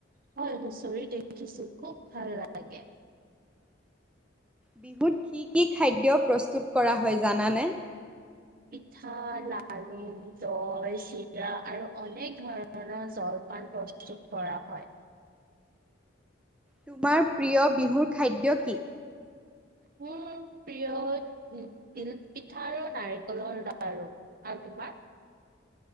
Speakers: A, on the right (about 45°); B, in the centre.
A: হয় হুচৰি দেখিছো খুব ভাল লাগে।
B: বিহুত কি কি খাদ্য প্ৰস্তুত কৰা হয়, জানানে?
A: পিঠা, লাৰু, দৈ, চিৰা আৰু অনেক ধৰণৰ জলপান প্ৰস্তুত প্ৰস্তুত কৰা হয়
B: তোমাৰ প্ৰিয় বিহুৰ খাদ্য কি
A: মোৰ প্ৰিয় তিল পিঠা আৰু নাৰিকলৰ লাৰু। আৰু তোমাৰ?